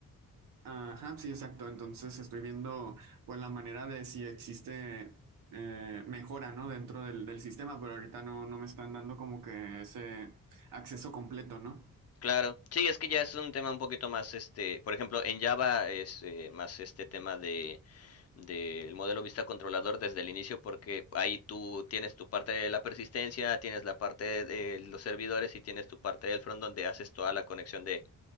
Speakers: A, on the right (about 75°); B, on the left (about 45°).
A: Ajá, sí, exacto. Entonces estoy viendo pues la manera de si existe eh, mejora, ¿no? Dentro del, del sistema, pero ahorita no, no me están dando como que ese acceso completo, ¿no?
B: Claro, sí, es que ya es un tema un poquito más, este, por ejemplo, en Java es eh, más este tema de del modelo vista controlador desde el inicio, porque ahí tú tienes tu parte de la persistencia, tienes la parte de los servidores y tienes tu parte del front donde haces toda la conexión de,